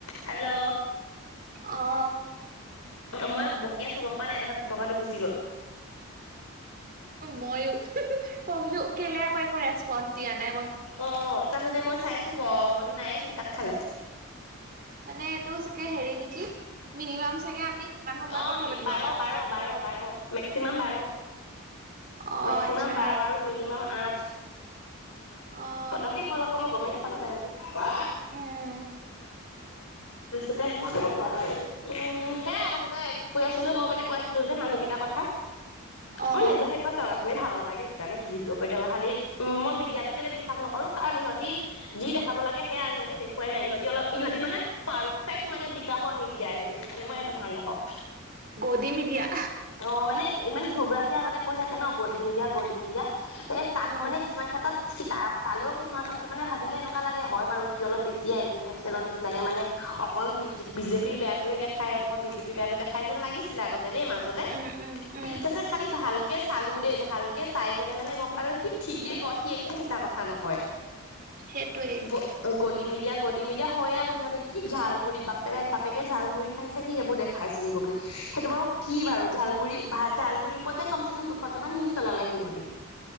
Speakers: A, on the left (about 85°); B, on the right (about 40°).
A: হেল্ল'
B: অ
A: মই বকিয় আছো গম প নাই তাহত বকাতটো গুচি গ'ল
B: ময়ো প বলো কেলে আকৈ একো ৰেজপন নে
A: অ তাৰপাছতে মই চাইছো চ ব বলো নাই চোন কাত খালে
B: মানে এইটো চাগে হেৰি নেকি মিনিমাম চাগে আমি সিমান সময়ে
A: অ
B: কথা পাতিব
A: বাৰ
B: পাৰো
A: বাৰ বাৰ বাৰ মেক্সিমাম বাৰ
B: অ'
A: মেক্সিমাম
B: আচ্ছা
A: বাৰ আৰু মিনিমাম আ <unintelligible>
B: অ'
A: ত কি কল আকৌ মই গমেই ন পালতাইটো বা
B: উম
A: স তাৰপছতে উম সেয়াই তাৰপছতে কি কৈ আছিলো মই মানে কৈ আছিলো যে মানুহ কেইটাৰ কথা
B: অ'
A: মই নিজৰ হেষ পাইছা মানে ভাল নালাগে সেইটো কাৰণে কি ক কৰি থাক খালি উম মই মিডিয়াতটো কেলে বিশ্বাস নকৰো কাৰণ ইহঁতি যি দেখাব লাগে সেয়া আজিলৈকে দেখুৱাই নাই ইহঁতি অলপ ইহঁতি মানে পাৰফেক্ট মানে বিকাশ হোৱা মিডিয়া ইহঁতি সেই কাৰণে মই সেইটো ভাল নাপাওঁ
B: গোধীমিয়া
A: অ মানে ইমান ধবৰাচি আগতে কৈ থাকে ন গদি মি দিয়া গদি মি দা এই ত
B: উম
A: কিছুমান ক্ষেত্ৰত সি ত তালেও কিছুমান কথাত মানে ভাবিলে এনেকুৱা লাগে হয় বাৰু সি অলপ বেছিয়ে ইণ্টিনেচনেল নিচিনাকে মানে অকল বি বিজেপিৰ বেয়া োৱে দেখাই অকল বিজেপিৰ বেয়াাতটো দেখাই যেন লাগিছিলে আগত দেই মাজতে
B: উম উম উম
A: তাৰপিছত খালি ভাল কে চালো দেই ভালকে চাই কেনে মানে গম পালো সি ঠিকে কয় সি একো মিছা কথা নকয়
B: সেইটোৱে
A: গ গদি মিদিয়া গদি মিদিয়া হয়য়েকৌ সিহঁতে কি জালমু় বাপেক বাপেকে জালুডৰি খাইছে সি সেইবোৰ দেখাইছেগে গৈ পলে সেইটো বাৰু কি বাৰু ালমুৰি ভ ঝালমুৰি উপদে কম চে কম দুশতমানান নিউজ চলালাগ সি নৰি